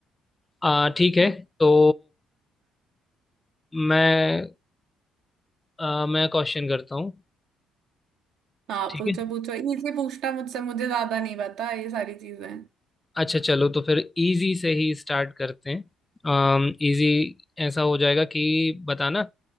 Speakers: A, on the left (about 20°); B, on the right (about 65°).
A: आ, ठीक है
B: हाँ
A: तो मैं आ, मैं क्वेश्चन करता हूँ
B: हाँ
A: ठीक
B: पूछो
A: है
B: पूछो इजी पूछना मुझसे मुझे ज्यादा नहीं पता ये सारी चीजें
A: अच्छा चलो तो फिर इजी से ही स्टार्ट करते हैं इजी ऐसा हो जाएगा कि बताना